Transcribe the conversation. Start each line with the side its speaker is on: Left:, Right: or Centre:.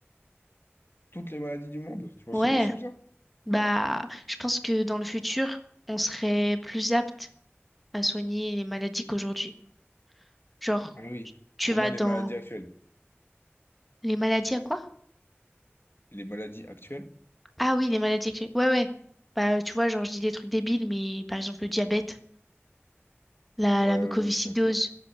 Left: Toutes les maladies du monde, tu penses
Centre: Ouais.
Left: que c'est possible ça?
Centre: Bah, je pense que dans le futur, on serait plus apte à soigner les maladies qu'aujourd'hui. Genre,
Left: Ah oui.
Centre: tu
Left: Au
Centre: vas
Left: moins les
Centre: dans
Left: maladies actuelles.
Centre: les maladies à quoi?
Left: Les maladies actuelles?
Centre: Ah oui, les maladies. que- Ouais, ouais. Bah, tu vois, genre, je dis des trucs débiles, mais par exemple, le diabète, la,
Left: Ouais,
Centre: la mucoviscidose,
Left: ouais, ouais, je suis d'accord.